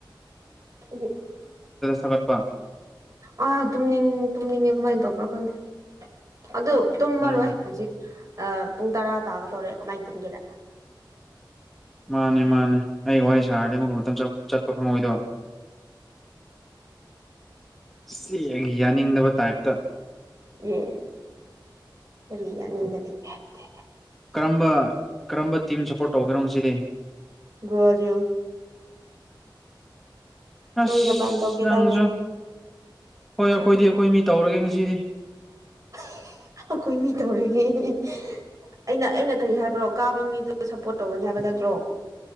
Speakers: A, on the right; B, in the centre.
A: ꯑꯩꯗꯤ
B: ꯊꯥꯒꯠꯄ
A: ꯑꯥ ꯇꯨꯝꯅꯤꯡ ꯇꯨꯝꯅꯤꯡꯉꯦ ꯀꯃꯥꯏ ꯇꯧꯕ꯭ꯔꯥ ꯈꯪꯗꯦ ꯑꯗꯨ ꯇꯨꯝꯃꯔꯣꯏ
B: ꯎꯝ
A: ꯍꯧꯖꯤꯛ ꯑꯥ ꯄꯨꯡ ꯇꯔꯥ ꯇꯥꯒꯗꯧꯔꯦ ꯀꯃꯥꯏ ꯇꯨꯝꯒꯦꯔꯥ
B: ꯃꯥꯅꯦ ꯃꯥꯅꯦ ꯑꯩ ꯋꯥꯔꯤ ꯁꯥꯔꯗꯤ ꯑꯃꯨꯛꯀ ꯃꯇꯝ ꯆꯠ ꯆꯠꯄ ꯈꯪꯉꯣꯏꯗꯣ ꯁꯤ ꯑꯩꯒꯤ ꯌꯥꯅꯤꯡꯗꯕ ꯇꯥꯏꯞꯇ
A: ꯑꯦ ꯀꯔꯤ ꯌꯥꯅꯤꯡꯗꯕꯩ ꯇꯥꯏꯞꯇ
B: ꯀꯔꯝꯕ ꯀꯔꯝꯕ ꯇꯤꯝ ꯁꯞꯄꯣꯔꯠ ꯇꯧꯒꯦꯔꯣ ꯉꯁꯤꯗꯤ
A: ꯕ꯭ꯔꯥꯖꯤꯜ
B: ꯑꯁ
A: ꯅꯪ ꯖꯄꯥꯟ ꯇꯧꯒꯦꯗꯥꯏꯅꯦ
B: ꯅꯪꯖꯨ ꯍꯣꯏ ꯑꯩꯈꯣꯏꯗꯤ ꯑꯩꯈꯣꯏ ꯃꯤ ꯇꯧꯔꯒꯦ ꯉꯁꯤꯗꯤ
A: ꯍꯤ ꯍꯤ ꯍꯤ ꯑꯩꯈꯣꯏ ꯃꯤ ꯇꯧꯔꯤꯒꯦ ꯍꯍ ꯑꯩꯅ ꯑꯩꯅ ꯀꯔꯤ ꯍꯥꯏꯕ꯭ꯔꯣ ꯀꯥꯕ ꯃꯤꯗꯨ ꯁꯞꯄꯣꯔꯠ ꯇꯧꯒꯅꯤ ꯍꯥꯏꯕ ꯅꯠꯇ꯭ꯔꯣ